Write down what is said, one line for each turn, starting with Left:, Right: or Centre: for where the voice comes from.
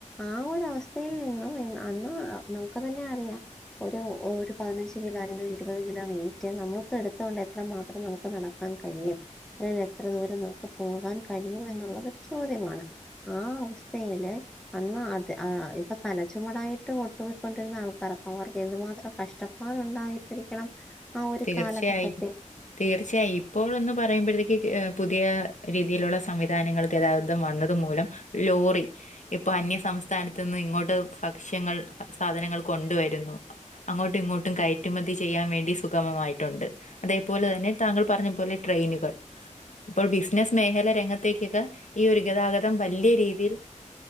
Centre: ആഹ് ഒരവസ്ഥയിൽ നിന്നും അന്ന് നമുക്ക് തന്നെ അറിയാം ഒരു ഒരു പതിനഞ്ച് കിലോ അല്ലെങ്കിൽ ഇരുപത് കിലോ വെയ്റ്റ് നമ്മൾ ഇപ്പ എടുത്തോണ്ട് എത്ര മാത്രം നമുക്ക് നടക്കാൻ കഴിയും അല്ലേൽ എത്ര ദൂരം നമുക്ക് പോകാൻ കഴിയും എന്നുള്ളതൊരു ചോദ്യമാണ് ആഹ് അവസ്ഥയില് അന്നാ അത് ഇപ്പൊ തലച്ചുമടായിട്ട് ഒട്ടു പോയ്ക്കൊണ്ടിരുന്ന ആൾക്കാര അപ്പൊ അവർക്ക് എന്തുമാത്രം കഷ്ട അവന് ഉണ്ടായിട്ടിരിക്കണം ആഹ് ഒരു
Left: തീർച്ചയായും
Centre: കാലഘട്ടത്തിൽ.
Left: തീർച്ചയായും ഇപ്പോൾ എന്ന് പറയുമ്പോഴത്തേക്ക് പുതിയ രീതിയിലുള്ള സംവിധാനങ്ങൾ ഗതാഗതം വന്നത് മൂലം ലോറി ഇപ്പൊ അന്യ സംസ്ഥാനത്തു നിന്ന് ഇങ്ങോട്ട് ഭക്ഷ്യങ്ങൾ സാധനങ്ങൾ കൊണ്ടുവരുന്നു അങ്ങോട്ടും ഇങ്ങോട്ടും കയറ്റുമതി ചെയ്യാൻ വേ ണ്ടി സുഖമമായിട്ടുണ്ട് അതേപോലെ തന്നെ താങ്കൾ പറഞ്ഞ പോലെ ട്രെയിനുകൾ ഇപ്പോൾ ബിസിനസ്സ് മേഖല രംഗത്തേക്കൊക്കെ ഈ ഒരു ഗതാഗതം വലിയ രീതിയിൽ